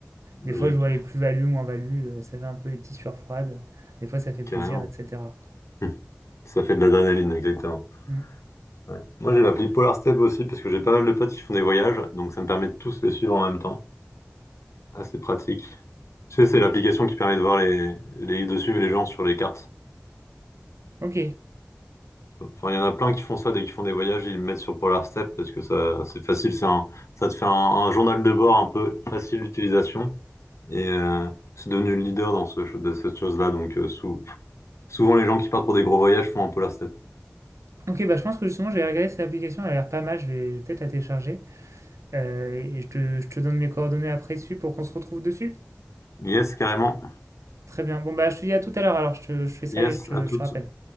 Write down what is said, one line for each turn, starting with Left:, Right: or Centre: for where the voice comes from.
Left: Logique,
Right: Des fois, je vois les plus-values, moins-values, euh, ça fait un peu des petites sueurs froides. Des fois, ça fait plaisir,
Left: carrément.
Right: etc.
Left: Hum, Ça fait de l'adrénaline, exactement.
Right: Mm.
Left: Ouais. Moi, j'ai l'appli Polar Step aussi parce que j'ai pas mal de potes qui font des voyages, donc ça me permet de tous les suivre en même temps. Assez pratique. Tu sais, c'est l'application qui permet de voir les, les, de suivre les gens sur les cartes.
Right: Ok.
Left: Enfin, il y en a plein qui font ça dès qu'ils font des voyages, ils le mettent sur Polar Step parce que ça, c'est facile, c'est un, ça te fait un, un journal de bord un peu facile d'utilisation. Et euh, c'est devenu le leader dans ce, de cette chose-là. Donc euh, sou- souvent les gens qui partent pour des gros voyages font un polar step.
Right: Ok, bah je pense que justement, j'ai regardé cette application, elle a l'air pas mal, je vais, je vais peut-être la télécharger. Euh, et je te, je te donne mes coordonnées après dessus pour qu'on se retrouve dessus.
Left: Yes, carrément.
Right: Très bien. Bon, bah je te dis à tout à l'heure alors, je, te- je fais ça
Left: Yes,
Right: et je te,
Left: à toutes.
Right: je te rappelle.